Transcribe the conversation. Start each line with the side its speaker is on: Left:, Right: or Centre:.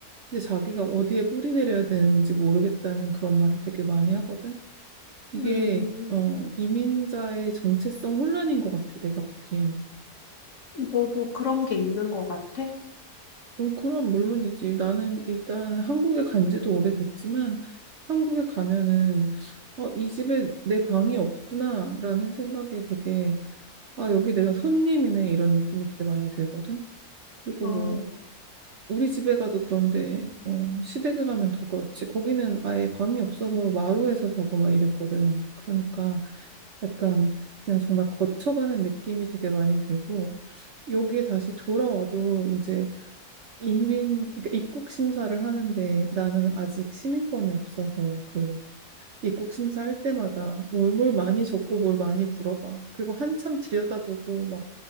Right: 근데 자기가 어디에 뿌리 내려야 되는지 모르겠다는 그런 말을 되게 많이 하거든. 이게,
Left: 음,
Right: 어, 이민자의 정체성 혼란인 것 같아, 내가 보기에는.
Left: 너도 그런 게 있는 것 같아?
Right: 어, 그럼 물론이지. 나는 일단 한국에 간 지도 오래됐지만 한국에 가면은 어, 이 집에 내 방이 없구나라는 생각에 되게 아, 여기 내가 손님이네 이런 느낌이 되게 많이 들거든. 그리고
Left: 어,
Right: 뭐 우리 집에 가도 그런데 어, 시댁에 가면 더 그렇지. 거기는 아예 방이 없어서 마루에서 자고 막 이랬거든. 그러니까 약간 그냥 정말 거쳐가는 느낌이 되게 많이 들고 여기에 다시 돌아와도 이제 이민, 그러니까 입국 심사를 하는데 나는 아직 시민권이 없어서 그 입국 심사할 때마다 뭘, 뭘 많이 적고 뭘 많이 물어봐. 그리고 한참 들여다보고 막